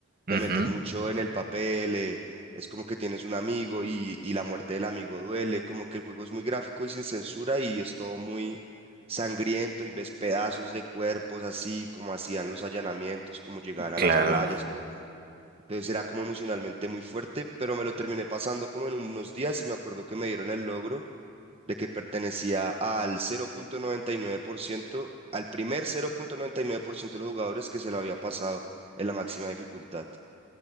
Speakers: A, on the right; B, on the right.
A: te
B: Ujú.
A: meter mucho en el papel, eh, es como que tienes un amigo y, y la muerte del amigo duele, como que el juego es muy gráfico y sin censura y es todo muy sangriento y ves pedazos de cuerpos así, como hacían los allanamientos, como llegaban a
B: Claro.
A: las playas,
B: <laughs>
A: como- entonces era como emocionalmente muy fuerte, pero me lo terminé pasando como en unos días y me acuerdo que me dieron el logro de que pertenecía al 0.99%, al primer 0.99% de los jugadores que se lo había pasado en la máxima dificultad.